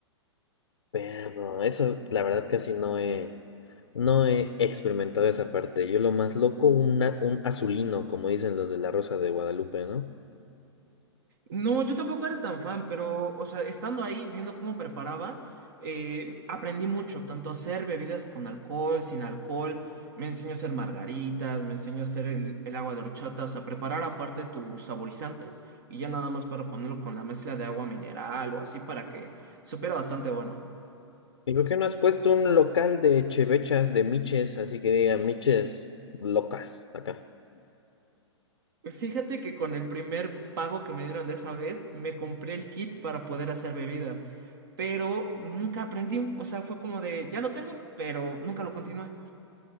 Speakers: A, on the left; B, on the right.
A: Perro, eso la verdad casi no he, no he experimentado esa parte. Yo lo más loco, una- un azulino, como dicen los de la Rosa de Guadalupe, ¿no?
B: No, yo tampoco era tan fan, pero, o sea, estando ahí, viendo cómo preparaba, eh, aprendí mucho, tanto a hacer bebidas con alcohol, sin alcohol, me enseñó a hacer margaritas, me enseñó a hacer el, el agua de horchata, o sea, preparar aparte tus saborizantes y ya nada más para ponerlo con la mezcla de agua mineral o así para que supiera bastante bueno.
A: ¿Y por qué no has puesto un local de chevechas, de miches, así que diga miches locas acá?
B: Fíjate que con el primer pago que me dieron de esa vez, me compré el kit para poder hacer bebidas, pero nunca aprendí, o sea, fue como de, ya lo tengo, pero nunca lo continué.